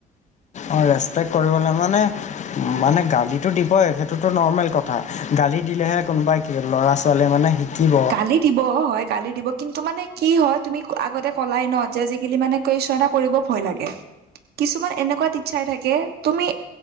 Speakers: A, on the left; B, on the right.
A: অঁ ৰেচপেক্ট কৰিবলৈ মানে- মানে গালিটো দিবই সেইটোতো নৰ্মেল কথা গালি দিলেহে কোনোবাই কি ল'ৰা -ছোৱালীয়ে মানে শিকিব
B: গালি দিব অ হয় গালি দিব কিন্তু মানে কি হয় তুমি আগতে কলাই ন যে আজিকালি মানে কুৱেইছন এটা কৰিব ভয় লাগে, কিছুমান এনেকুৱা টিচাৰ থাকে তুমি